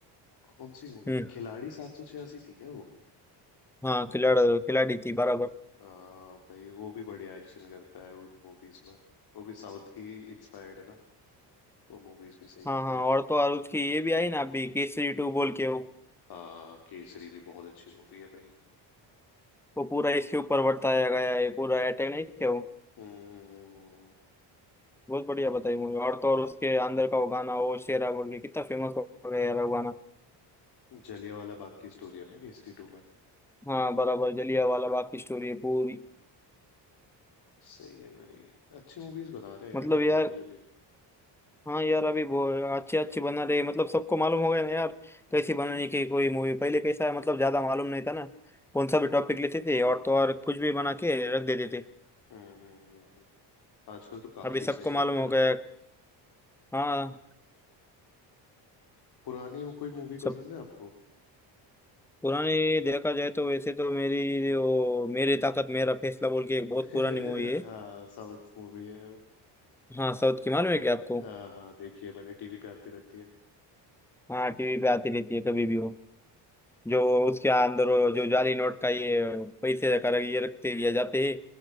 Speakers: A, on the left; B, in the centre.
A: कौन सी मूवी
B: हम्म
A: थी खिलाड़ी सात सौ छियासी थी क्या वो
B: हाँ खिलाड़ी खिलाड़ी थी बराबर
A: आ, भाई वो भी बढ़िया एक्शन करता है उन मूवीज में वो भी साउथ की इंस्पायर्ड है ना वो मूवीज भी सही होती
B: हाँ हाँ
A: है
B: और तो और उसकी ये भी आई ना अभी केसरी टू बोल के वो
A: आ, केसरी भी बहुत अच्छी मूवी है भाई
B: वो पूरा इसके ऊपर वर्ताया गया है पूरा अटैक नहीं क्या वो
A: हम्म हम्म, हम्म, हम्म,
B: बहुत बढ़िया बताई
A: हम्म।
B: मूवी और तो और उसके अंदर का वो गाना वो शेरा बोल के कितना फेमस हो गया यार वो गाना
A: जलियांवाला बाग की स्टोरी है ना केसरी टू में
B: हाँ बराबर जलिया वाला बाग की स्टोरी है पूरी
A: सही है भाई अच्छी मूवीज बना रहे हैं
B: मतलब
A: यार इंडिया
B: यार
A: वाले भी
B: हाँ यार अभी बहुत अच्छे अच्छे बना रहे मतलब सबको मालूम हो गया ना यार
A: हम्म
B: कैसी बनाने की कोई मूवी पहले कैसा है, मतलब ज्यादा मालूम नहीं था ना कौन सा भी टॉपिक लेते थे और तो और कुछ भी बना के रख देते थे
A: हम्म हम्म, हम्म। आजकल तो काफी
B: अभी
A: सही
B: सबको
A: हो
B: मालूम
A: गया
B: हो
A: है।
B: गया हाँ
A: पुरानी कोई मूवी
B: सब
A: पसंद है आपको
B: पुरानी देखा जाए तो वैसे तो मेरी वो मेरी ताकत मेरा फैसला बोल के एक बहुत
A: <laughs>
B: पुरानी मूवी है
A: हाँ साउथ मूवी है
B: हाँ साउथ की मालूम है क्या आपको
A: हाँ हाँ देखिए मैंने टीवी पे आती रहती है
B: हाँ टीवी पे आती रहती है कभी भी वो जो उसके अंदर वो जो जाली नोट का ये पैसे कर ये रखते दिया जाते हैं